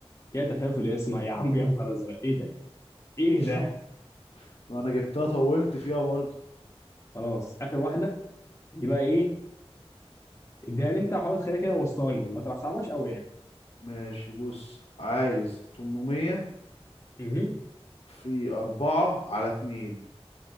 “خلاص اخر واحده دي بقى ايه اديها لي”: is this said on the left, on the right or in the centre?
Left